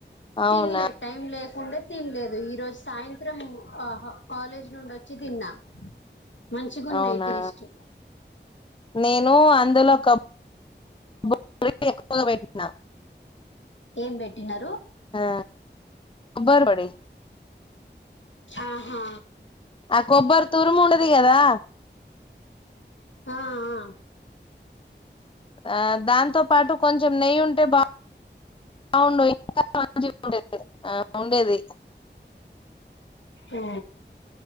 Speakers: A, on the left; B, on the left.
A: అవునా
B: తిన్లే టైమ్ లేకుండే తిన్లేదు ఈ రోజ్ జు సాయంత్రం ఆ కాలేజ్ నుంచి వచ్చి తిన్నా మంచిగున్నాయి
A: అవునా
B: టేస్టు
A: నేను అందులో కప్ <unintelligible> ఎక్కువగా పెట్టినా.
B: ఏం బెట్టినారు
A: ఆ కొబ్బరు బడి
B: ఆహా
A: ఆ కొబ్బరి తురుము ఉండది కదా
B: ఆ ఆ
A: ఆ దాంతో పాటు కొంచెం నెయ్యి ఉంటే బా గుండు ఇంకా మంచి ఉండేది ఆ ఉండేది
B: ఆ